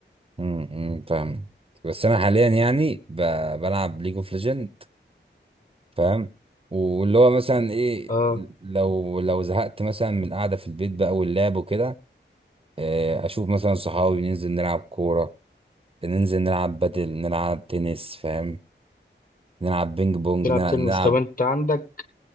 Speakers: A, on the right (about 30°); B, on the left (about 45°).
A: امم فاهم بس انا حاليا يعني ب... بلعب ليج اوف ليجند فاهم واللي هو مثلا ايه
B: اه
A: لو لو زهقت مثلا من القعده في البيت بقى واللعب وكده آه، اشوف مثلا صحابي ننزل نلعب كوره ننزل نلعب بدل نلعب تنس فاهم نلعب بينج بونج
B: تلعب
A: نلعب,
B: تنس
A: نلعب
B: طب انت عندك